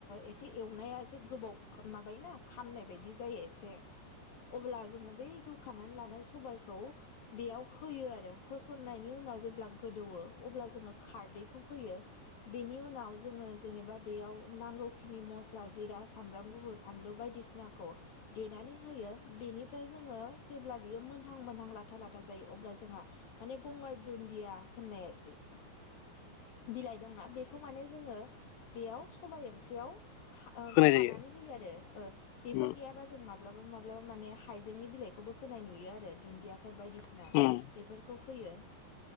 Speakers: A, on the left (about 55°); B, on the left (about 80°).
A: एसे एवनाया एसे गोबाव माबाय ना। खामनाय बायदि जायो एसे अब्ला जोङो बै रुखानानै लानाय सबायखौ बेयाव होयो आरो होसननायनि उनाव जेब्ला गोदौवो अब्ला जोङो खारदैखौ होयो बेनि उनाव जोङो जेनेबा बेयाव नांगौखिनि मस्ला जिरा सामब्राम गुफुर फानलु बायदिसिना। नाखौ देनानै होयो बेनिफ्राय जोङो जेब्ला बियो मोनहां मोनहां लाथा लाथा जायो अब्ला जोंहा। माने गगार दुनदिया। होननाय बिलाइ दंना बेखौ माने जोङो। बेयाव सबाइ ओंख्रियाव
B: होनाय
A: खानानै
B: जायो
A: होयो आरो। बेफोर
B: उम
A: गैयाबा जों माब्लाबा माब्लाबा माने हाइजेंनि बिलाइखौबो होनाय नुयो आरो दुन्दिया। फोर बायदिसिना
B: उम
A: बेफोरखौ फोयो।